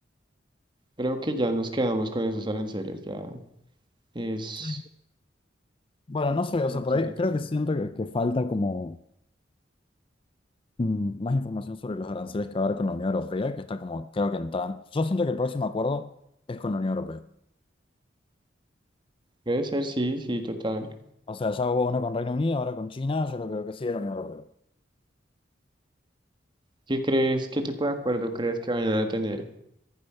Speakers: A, on the right; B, on the left.
A: Creo que ya nos quedamos con esos aranceles, ya es
B: Sí. Bueno,
A: Un
B: no sé,
A: poco
B: o sea,
A: difícil
B: por ahí
A: de cambiar.
B: creo que siento que, que falta como mm, más información sobre los aranceles que va a haber con la Unión Europea, que está como, creo que en tan... Yo siento que el próximo acuerdo es con la Unión Europea.
A: Puede ser, sí, sí, total.
B: O sea, ya hubo uno con Reino Unido, ahora con China, yo lo creo que sí de la Unión Europea.
A: ¿Qué crees? ¿Qué tipo de acuerdo crees que vayan a tener?